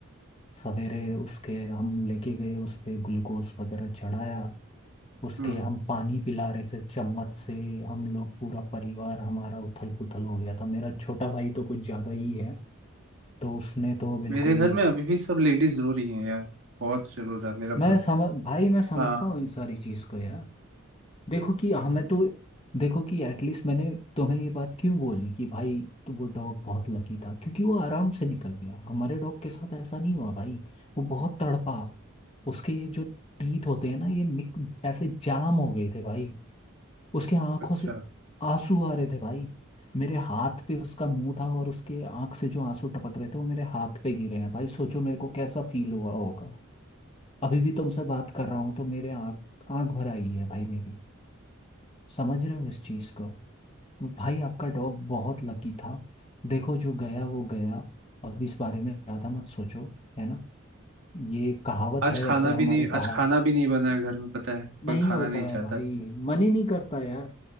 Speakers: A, on the left; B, on the right.
A: सवेरे उसके हम लेके गए उस पे ग्लूकोज वगैरह चढ़ाया उसके
B: हम्म
A: हम पानी पिला रहे थे चम्मच से हम लोग पूरा परिवार हमारा उथल पुथल हो गया था मेरा छोटा भाई तो कुछ ज़्यादा ही है तो उसने तो बिल्कुल
B: मेरे घर में अभी भी सब लेडीज जरूर ही हैं यार बहुत जरूर है मेरा
A: मैं
B: भक्त
A: समझ भाई मैं समझता
B: हाँ
A: हूँ इन सारी चीज़ को यार देखो कि हमें तो देखो कि एटलीस्ट मैंने तुम्हें ये बात क्यों बोली कि भाई तो वो डॉग बहुत लकी था क्योंकि वो आराम से निकल गया हमारे डॉग के साथ ऐसा नहीं हुआ भाई वो बहुत तड़पा उसके ये जो टीथ होते हैं ना ये मिक- ऐसे जाम हो गए थे भाई उसके आंखों
B: अच्छा
A: से आंसू आ रहे थे भाई मेरे हाथ पे उसका मुंह था और उसके आंख से जो आंसू टपक रहे थे वो मेरे हाथ पे गिरे हैं भाई सोचो मेरे को कैसा फील हुआ होगा अभी भी तुमसे बात कर रहा हूँ तो मेरे आँख आँख भर आई है भाई मेरी समझ रहे हो इस चीज़ को भाई आपका डॉग बहुत लकी था देखो जो गया वो गया अब इस बारे में ज़्यादा मत सोचो है ना ये कहावत
B: आज
A: है
B: खाना
A: वैसे
B: भी
A: हमारे
B: नहीं
A: पहाड़
B: आज खाना भी नहीं बना है घर में पता है कोई
A: नहीं
B: खाना
A: होता
B: नहीं
A: है
B: चाहता
A: भाई मन ही नहीं करता यार